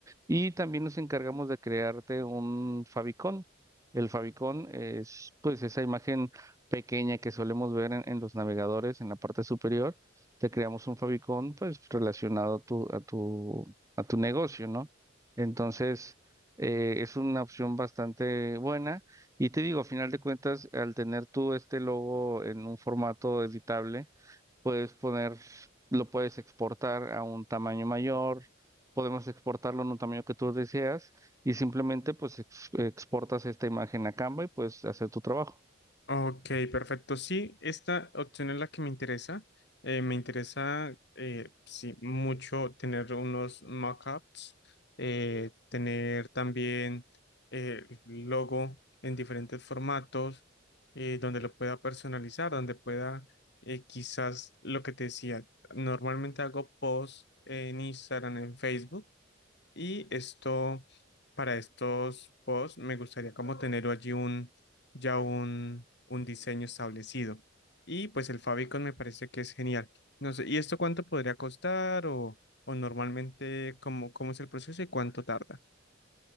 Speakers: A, on the right (about 15°); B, on the left (about 60°).
A: Y también nos encargamos de crearte un favicon. El favicon es pues esa imagen pequeña que solemos ver en, en los navegadores en la parte superior. Te creamos un favicon pues relacionado a tu, a tu, a tu negocio, ¿no? Entonces, eh, es una opción bastante buena y te digo, a final de cuentas, al tener tú este logo en un formato editable, puedes poner, lo puedes exportar a un tamaño mayor, podemos exportarlo en un tamaño que tú deseas y simplemente pues ex- exportas esta imagen a Canva y puedes hacer tu trabajo.
B: Ok, perfecto. Sí, esta opción es la que me interesa. Eh, me interesa, eh, sí, mucho tener unos mockups, eh, tener también eh, el logo en diferentes formatos, eh, donde lo pueda personalizar, donde pueda, eh, quizás lo que te decía, normalmente hago posts en Instagram, en Facebook y esto, para estos posts, me gustaría como tener allí un, ya un, un diseño establecido. Y pues el favicon me parece que es genial. No sé, ¿y esto cuánto podría costar o, o normalmente cómo, cómo es el proceso y cuánto tarda?